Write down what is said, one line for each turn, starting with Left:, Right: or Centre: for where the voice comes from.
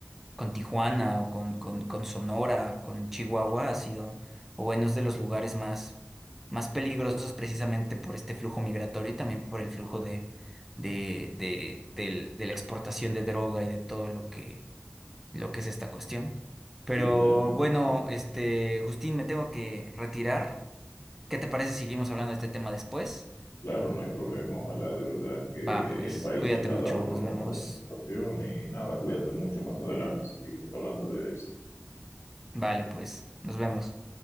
Centre: con Tijuana o con, con, con Sonora, con Chihuahua ha sido, o bueno, es de los lugares más, más peligrosos precisamente por este flujo migratorio y también por el flujo de, de, de, del- de la exportación de droga y de todo lo que, lo que es esta cuestión. Pero
Left: Sí, realmente
Centre: bueno,
Left: sí.
Centre: este, Justín, me tengo que retirar. ¿Qué te parece si seguimos hablando de este tema después?
Left: Claro, no hay problema. Ojalá de verdad
Centre: Va,
Left: que el
Centre: pues,
Left: país
Centre: cuídate
Left: de cada
Centre: mucho,
Left: uno
Centre: nos vemos.
Left: mejore su situación y nada, cuídate mucho. Más adelante seguimos hablando de esto.
Centre: Vale, pues, nos vemos.